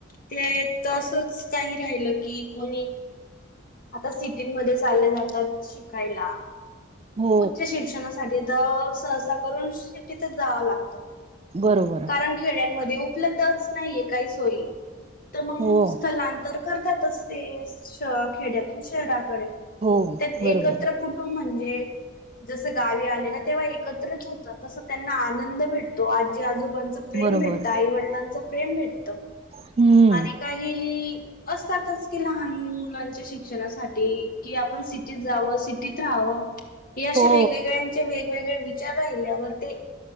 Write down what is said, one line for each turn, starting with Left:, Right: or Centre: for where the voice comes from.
Left: ते तसच काही राहिलं की कोणी आता सिटीमध्ये चालले जातात. शिकायला
Right: हो
Left: उच्च शिक्षणासाठी सहसा करून शिटीत जावं लागतं.
Right: बरोबर
Left: कारण खेड्यांमध्ये उपलब्धच नाहीये. काही सोयी तर मग
Right: हो
Left: स्थलांतर करतातच ते श खेड्यातून शहराकडे,
Right: हो
Left: त्यात
Right: बरोबर
Left: एकत्र कुटुंब म्हणजे जस गावी आले ना, तेव्हा एकत्रच होतात. तस त्यांना आनंद भेटतो आजी आ आजोबांच प्रेम
Right: बरोबर
Left: भेटतं. आई वडिलांच प्रेम भेटतं.
Right: हम्म
Left: आणि काही असतातच लहान मुलांच्या शिक्षणासाठी कि आपण सिटीत जावं, सिटीत राहावं. हे असे
Right: हो
Left: वेगवेगळ्यांचे वेगवेगळे विचार राहिल्यावर ते